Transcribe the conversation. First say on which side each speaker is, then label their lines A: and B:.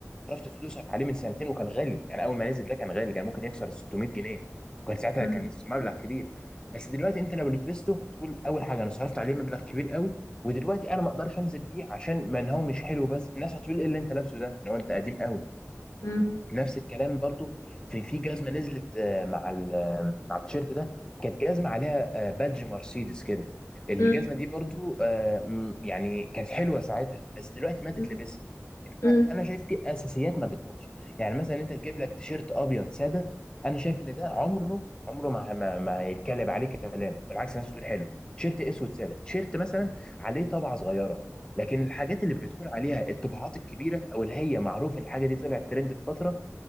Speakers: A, on the left (about 15°); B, on the left (about 80°).
A: صرفت فلوسك عليه من سنتين وكان غالي يعني اول ما نزل ده كان غالي كان ممكن يكسر 600 جنيه وكان ساعتها
B: مم،
A: كان مبلغ كبير بس دلوقتي انت لو لبسته هتقول اول حاجه انا صرفت عليه مبلغ كبير قوي ودلوقتي انا ما اقدرش انزل بيه عشان ما إن هو مش حلو بس الناس هتقول ايه اللي انت لابسه ده ان هو انت قديم قوي
B: مم،
A: نفس الكلام برضو في في جزمه نزلت آه، مع ال- آه، مع التيشيرت ده كانت جزمه عليها آه، بادج مرسيدس كده الجزمه
B: مم،
A: دي برضو آه، م- يعني كانت حلوه ساعتها بس دلوقتي ما تتلبس
B: مم، مم،
A: انا أنا شايف في اساسيات ما بتموتش يعني مثلا انت تجيب لك تيشيرت ابيض ساده انا شايف ان ده عمره عمره ما ما, ما هيتكلم عليه كلام بالعكس الناس بتقول حلو تيشيرت اسود ساده تيشيرت مثلا عليه طبعه صغيره لكن الحاجات اللي بتكون عليها الطباعات الكبيره او اللي هي معروف ان الحاجه دي طلعت ترند في فتره